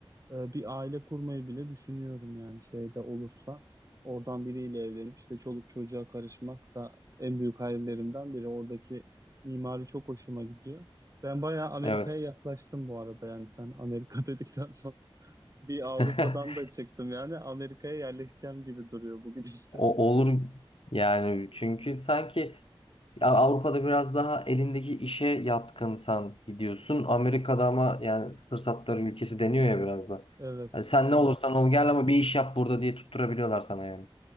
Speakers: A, on the right; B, on the left.
A: Ee, bir aile kurmayı bile düşünüyorum yani şeyde olursa. Oradan biriyle evlenip işte çoluk çocuğa karışmak da en büyük hayallerimden biri. Oradaki mimari çok hoşuma gidiyor. Ben bayağı Amerika'ya
B: Evet.
A: yaklaştım bu arada yani sen Amerika <laughs> dedikten sonra bir Avrupa'dan
B: <laughs>
A: da çıktım yani Amerika'ya yerleşeceğim gibi duruyor bu gidişle.
B: O olur yani çünkü sanki ya Avrupa'da biraz daha elindeki işe yatkınsan gidiyorsun. Amerika'da ama yani fırsatların ülkesi deniyor ya biraz da.
A: Evet,
B: Hani sen
A: evet.
B: ne olursan ol gel ama bir iş yap burada diye tutturabiliyorlar sana yani.